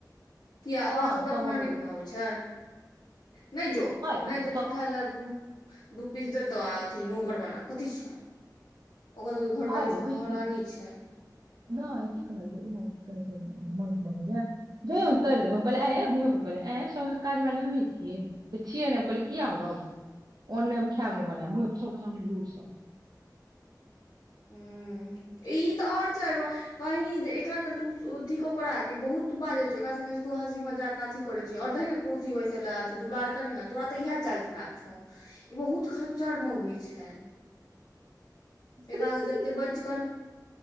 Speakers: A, on the left; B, on the right.
A: किया ओकरा
B: नहि
A: सभके
B: सभक
A: अपना नहि बनबै आबे छै। नहि जो
B: ओ
A: नहि देतो
B: सभक
A: ख्याल आ दू दू पीस देत आ। नौकड़ बना कथी छै। ओकर सबके घरवाली
B: कहलियै
A: सब
B: कहै
A: महरानी
B: छै कि
A: छै।
B: नहि की कहै छै की कहै छै म ज तर देबै हम कहलैहे कह आ सब काज वाली हमही छियै छियै ने कहै किया रहबै ओन्ने खायब बना मुे सब सामने ज।
A: ह ई। तऽ आओर जेब कहीँ जे एकरा ने तू अथी कऽ कर बहुत बाजै छ ओकरा सङ्गे जे तू हँसीमे जा कऽ अथी करै छिय आओर दही ने कुर्सी बैसे लए अथिी दुलार करी ने तोरा तऽ इह चालि खराब छौ ई बहुत खच्चर मौगी छै। एकरा
B: <unintelligible>
A: से जते बचि कर